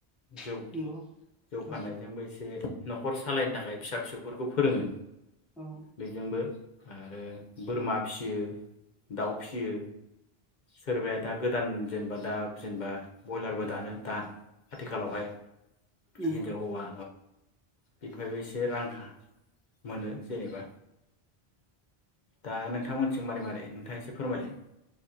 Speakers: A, on the left; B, in the centre.
A: जौ
B: नंगौ
A: जौ
B: औ
A: फाननायजोंबो एसे न'खर सालायनो थाखाय फिसा फिसौफोर खौ फोरोंङो।
B: औ
A: बेजोंबो आरो बोरमा फियो दाउ फिसियो सोरबाया दा गोदान जेनेबा दा जेनेबा बयलारबो दानो दा आथिखालावहाय
B: नंगौ
A: हिन्जाव होवा बिनिफ्रायबो एसे रांखा मोनो जेनेबा दा नोंथांमोनसिजों मारै मारै नोंथांङा एसे फोरमायलाय